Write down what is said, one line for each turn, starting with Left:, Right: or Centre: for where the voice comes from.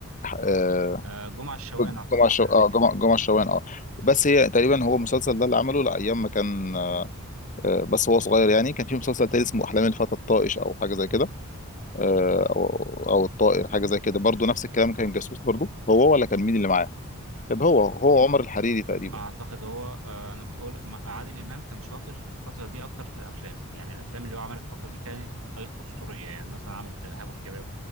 Left: آه،
Right: آه جمعه الشوان اعتقد
Left: جمعة الشو...
Right: حاجه
Left: اه
Right: زي كده
Left: جمعة جمعة الشوان اه بس هي تقريبا هو المسلسل ده اللي عمله لايام ما كان آه، بس هو صغير يعني كان في مسلسل تاني اسمه احلام الفتى الطائش او حاجه زي كده آه، او او الطائر حاجه زي كده برضو نفس الكلام كان جاسوس برضو هو ولا كان مين اللي معاه كان هو هو عمر الحريري تقريبا
Right: اعتقد هو آه، انا بقول م- عادل امام كان شاطر في الفتره دي اكتر في الافلام يعني الافلام اللي هو عملها في الفتره دي كانت أي- اسطوريه يعني مثلا عمل ارهاب والكباب